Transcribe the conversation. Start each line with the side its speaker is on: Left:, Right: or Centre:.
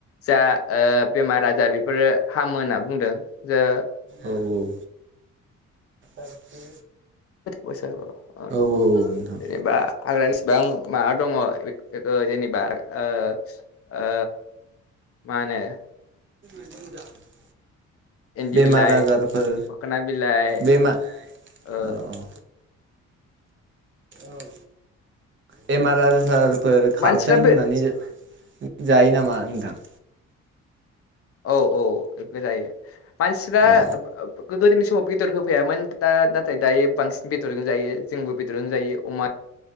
Left: जा ओ बेमार आजार बेफोरो हामो होनना बुंदों जो
Right: औ औ। औ औ
Left: बोसोराव
Right: नोंथां।
Left: जेनेबा हाग्रानिसिबां माबा दङ बेखौ जेनेबा ओ। ओ माहोनो
Right: <unintelligible>
Left: इन्दि
Right: बेमार
Left: बिलाइ
Right: आजारफोर
Left: मोखोना बिलाइ
Right: बेमार
Left: ओ
Right: औ औ बेमार आजारफोर खारथों
Left: मानसिफ्रा बे
Right: होननानै। जायो नामा नोंथां।
Left: औ औ बेबो जायो मानसिफ्रा।
Right: औ
Left: गोदोनि समाव बेदर होफायामोन दा नाथाय दायो बांसिन बेदरजों जायो जोंबो बेदरजोंनो जायो अमा।